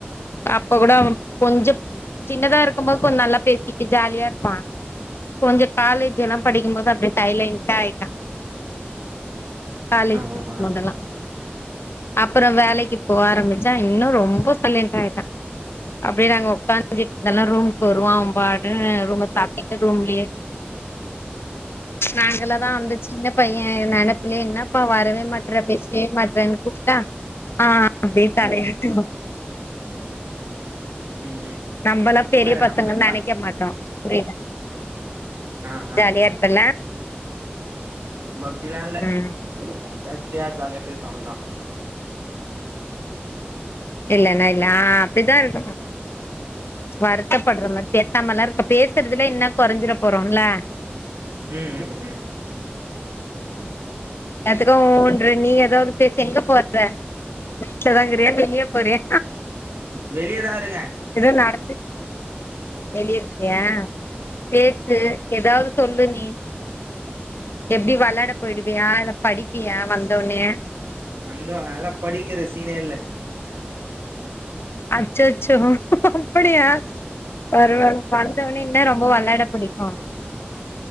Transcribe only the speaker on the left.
அப்ப கூட அவனுக் கொஞ்சப் சின்னதா இருக்கும்போது கொஞ்சோ நல்லா பேச ட்டு ஜாலியா இருப்பா கொஞ்சோ காலேஜ் எல்லா படிக்கும்போது அப்டியே சைலன்ட்டா ஆயிட்டா காலேஜ்
படிக்கும்
போதல்லா அப்பறோ வேலைக்கு போக ஆரம்பிச்சா இன்னு ரொம்ப சைலண்ட்டா ஆயிட்டா அப்டி நாங்க உக்காந் <unintelligible> இல்லனா ரூம்க்கு வருவா
அவன் பாட்டுகு ரூம சாத்திட்டு ரூம்லயே நாங்களதா அந்த சின்ன பைய நெனப்புலே என்னப்பா வரவே மாட்ற பேசவே மாட்றன்னு கூப்ட்டா ஆ அப்டியே தலய
ஆட்டுவா
நம்பெல்லா
பெரிய
பசங்கன்
நெனைக்க மாட்டோ புரில
ஜாலியா இருப்பல்ல
ம்
இல்லன்னா இல்ல ஆ அப்டித்தா இருக்கனு வருத்தப்படுற மாரி பேசாம எல்லா இருக்க பேசுறதுல என்ன கொறஞ்சிற போறோ இல்லே
ஏத்துகு
ஊ ஊன்ற நீ ஏதாவது பேசு எங்க போற வீட்லதா இருகியா வெளியே போறியா
இத நடத்தி வெளிய இருக்கியா பேசு
ஏதாவது சொல்லு நீ எப்டி வெளாட போய்டுவியா இல்ல படிப்பியா வந்தோனே
அச்சச்சோ அப்டியா பருவால்ல வந்தவோனே இன்ன ரொம்ப விளாட பிடிக்கு